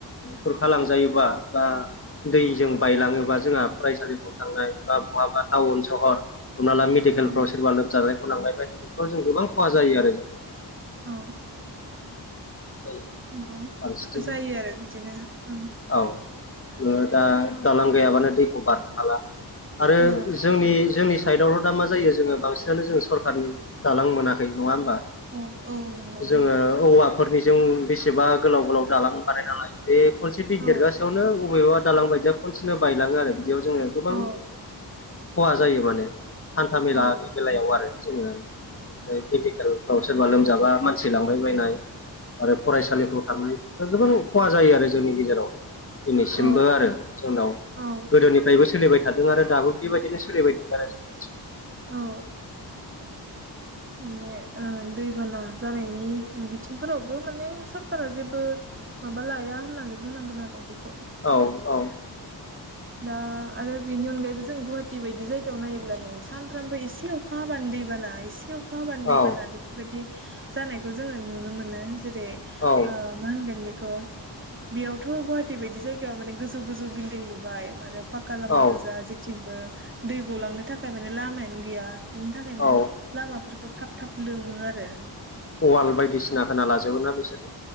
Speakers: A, on the left (about 30°); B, on the right (about 30°).
A: खुरखा लांजायोबा बा दैजों बायलाङो बा जोंहा फरायसालिफ्राव थांनाय बा बहाबा टाउन सहर हमना ला मेडिकेलफ्राव
B: औ
A: सोरबा लोमजाबाय लांलाबाय हजों गोबां खहा जायो आरो जों
B: औ।
A: जायो
B: नंगौ
A: फारसेथिं
B: जायो आरो बिदिनो। ओं
A: औ नोङो दा दालां गैयाबानो दैखौ बारनो हाला आरो
B: औ
A: जोंनि जोंनि साइदावल' दा मा जायो जोङो बांसिनानो जों सरखारनि दालां मोनाखै नङा होमबा?
B: औ औ नंगौ
A: जोङो औवाफोरनिजों बेसेबा गोलाव गोलाव दालां बानायना लायो। बे खनसे दै
B: औ
A: देरगासेयावनो अबेबा दालां बायदिया खनसेनो बायलाङो आरो। बेयाव जोङो गोबां
B: औ
A: खहा जायो माने हान्था मेलानि
B: औ
A: बेलायाव आरो जोङो ओमफ्राय मेडिकेल आव सोरबा लोमजाबा मानसि लांबाय बायनाय आरो फरायसालिफ्राव थांनाय गोबां खहा जायो आरो। जोंनि गेजेराव दिनैसिमबो
B: औ
A: आरो जोंनाव
B: औ
A: गोदोनिफ्रायबो सोलिबाय थादों आरो दाबो बेबायदिनो सोलिबाय थादों आरो जोंनि ओनसोलाव
B: औ। माने ओ दैबाना जानायनि बिथिंफोरावबो माने सरखारा जेबो माबा लाया होननानै बुंनांगोन आरो बेखौ
A: औ औ।
B: दा आरो बेनि अनगायैबो जों गुवाहाटि बायदि जायगायाव नायोब्ला नै सानफ्रामबो एसे अखा हाबा नो दै बाना एसे अखा हाबा दैबाना
A: औ
B: बेफोरबायदि जानायखौ जोङो नुनो मोनो। जेरै
A: औ
B: आ मा होनगोन बेखौ खौ बेयावथ' गुवाहाटि बायदि जायगायाव माने गोजौ गोजौ बिल्डिं लुबाय आरो फाक्का लामा
A: औ
B: गोजा जेथिंबो दै गलांनो थाखाय माने लामायानो गैया। बिनि थाखायनो
A: औ
B: लामाफोरखौ थाब थाब लोमो आरो।
A: अवाल बायदिसिना होना लाजोबो ना बिसोर।